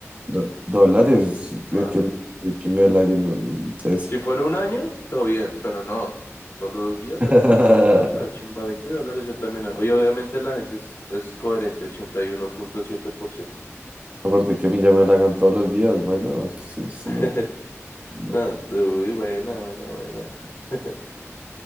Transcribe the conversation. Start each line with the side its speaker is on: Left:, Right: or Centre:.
Right: do- dólares,
Left: Claro.
Right: que, que me de que me halaguen no, no, entonces.
Left: Si fuera un año, todo bien, pero no. Solo dos días, la-
Right: <laughs>
Left: no, la chimba, 20 dólares yo también. no. Oye, obviamente la gente es, es coherente, 81.7%.
Right: Aparte que a mí ya me halagan todos los días, bueno, es- es-
Left: <laughs>
Right: no, no.
Left: Ta- Uy, buena, buena, buena. <laughs>